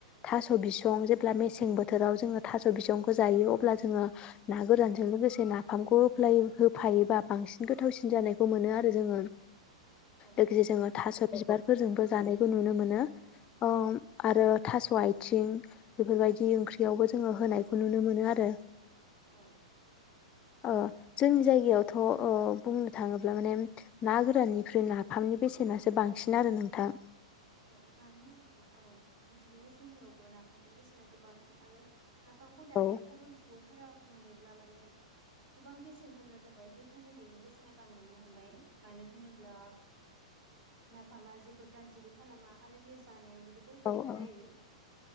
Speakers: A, on the left; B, on the right.
A: थास' बिसं जेब्ला मेसें बोथोराव जोङो थास' बिसंखौ जायो अब्ला जोङो ना गोरानजों लोगोसे नाफामखौ होफ्ला होफायोबा बांसिन गोथावसिन जानायखौ मोनो आरो जोङो।
B: औ
A: लोगोसे
B: औ
A: जोङो थास' बिबारफोरजोंबो जानायखौ नुनो मोनो अ आरो थास' आथिं बेफोरबायदि ओंख्रियावबो जोङो होनायखौ नुनो मोनो आरो
B: औ
A: अह जोंनि जायगायावथ' ओ बुंनो थाङोब्ला माने ना गोराननिख्रुइ नाफामनि बेसेनासो बांसिन आरो नोंथां।
B: औ मानो होनोब्ला औ बिदिनो जोंनियावबो नाफामनि बेसेना गोबां आरो नाफामखौ दानायाव
A: औ
B: गुबुन सुबुं फोरा मोनोब्ला माने गोबां बेसेन होग्रा जाबाय बेखायनो बेनि बेसेना बांलांनो हमबाय मानो होनोब्ला नाफामा जेबो गाज्रि खालामा आरो बे जानायावबो जोबोर गोथाव
A: औ औ
B: जायो।